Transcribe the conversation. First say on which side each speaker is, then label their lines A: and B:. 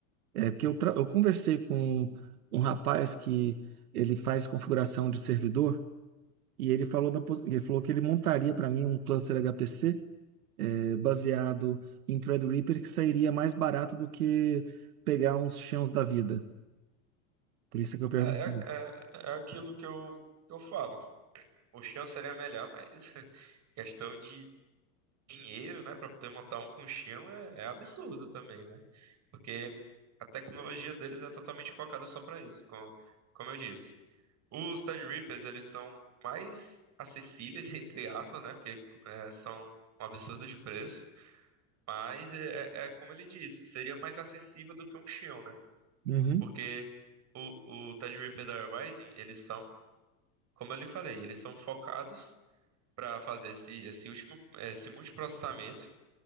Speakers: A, on the right; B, on the right.
A: É porque eu, tra- eu conversei com um, um rapaz que ele faz configuração de servidor e ele falou, da, pos- ele falou que ele montaria para mim um cluster HPC é, baseado em Threadripper que sairia mais barato do que pegar uns chãos da vida. Por isso que eu pergunto.
B: É, é, é, é aquilo que eu, que eu falo. O Xeon seria melhor, mas <laughs> questão de dinheiro, né, para poder montar um com Xeon é, é absurdo também, né? porque a tecnologia deles é totalmente focada só para isso, co- como, eu disse. Os Tide Reapers, eles são mais acessíveis, <laughs> entre aspas, né? Porque é, são um absurdo de preço, mas é, é é como ele disse, seria mais acessível do que um Xeon, né?
A: Uhum,
B: Porque o, o Tide Reaper da Rising, eles são, como eu lhe falei, eles são focados para fazer esse, esse último, esse multiprocessamento